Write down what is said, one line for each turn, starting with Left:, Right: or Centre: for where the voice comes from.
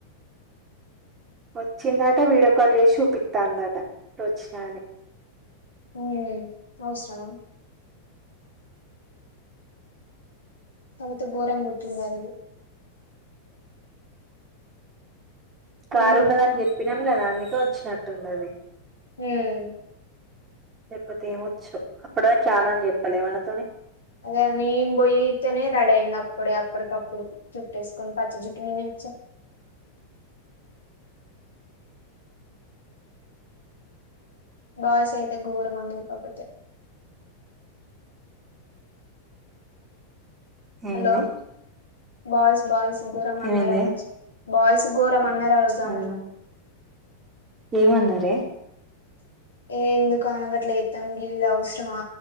Right: వచ్చిందట వీడియో కాల్ చేసి చూపిస్తాందట ఆ వచ్చినాని.
Left: ఉ అవసరమా. ఎంత గోరంగా కుట్టిందా అని
Right: కారు
Left: నేను
Right: ఉన్నదని
Left: పోయి
Right: చెప్పినాం కదా అందుకే వచ్చినట్టున్నది.
Left: హ్మ్.
Right: లేపోతే ఏమొచ్చో అప్పుడు దాకా చానానే చెప్పలే మనతోనే.
Left: అదే నే బోయితేనే రెండయ్యింది. అప్పుడ అప్పుడ కప్పుడు జుట్టేస్కుని పచ్చి జుట్ వేసుకొని. బాయ్స్ అయితే ఘోరం అందకపోతే హలో!
Right: ఏంది
Left: బాయ్స్ బాయ్స్ గోరం అన్నారు
Right: ఏమైందే
Left: ఆ రోజు బాయ్స్ గోరం అన్నారా రోజు
Right: అవును
Left: ఆమెని.
Right: ఏమన్నారే?
Left: ఏ ఎందుకు గట్లా చేస్తోంది, అవసరమా